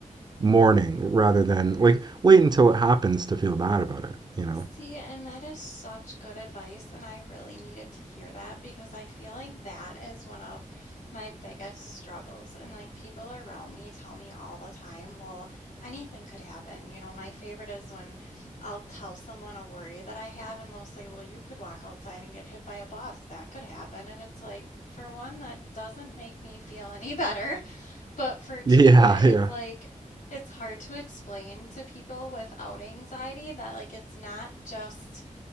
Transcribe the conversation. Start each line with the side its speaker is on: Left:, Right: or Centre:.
Right: mourning rather than like wait until it happens to feel bad about it, you know?
Left: See,
Right: <laughs>
Left: and that is such good advice, and I really needed to hear that because I feel like that is one of my biggest struggles. And like people around me tell me all the time, well, anything could happen. You know, my favorite is when I'll tell someone a worry that I have, and they'll say, well, you could walk outside and get hit by a bus. That could happen. And it's like, for one, that doesn't make me feel any <laughs> better. But for two,
Right: Yeah,
Left: it's
Right: yeah.
Left: like it's hard to explain to people without anxiety that like it's not just,